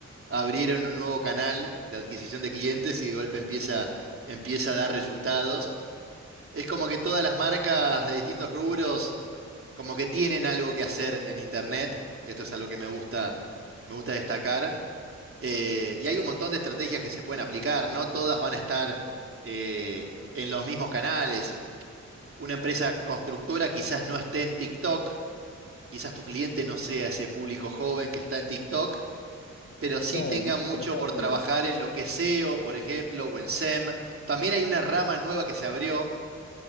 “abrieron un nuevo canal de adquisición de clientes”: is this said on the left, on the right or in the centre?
Right